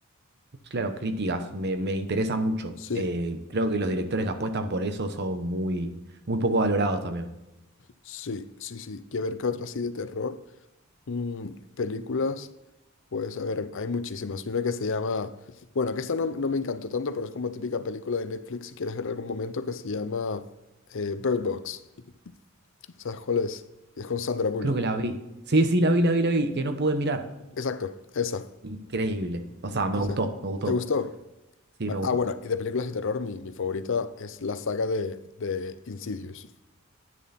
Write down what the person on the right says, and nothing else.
Claro, críticas, me, me interesa mucho.
Eh, creo que los directores que apuestan por eso son muy, muy poco valorados también.
Creo que la vi. Sí, sí, la vi, la vi, la vi, que no pude mirar.
Increíble. O sea, me
gustó, me gustó.
Sí,
me gustó.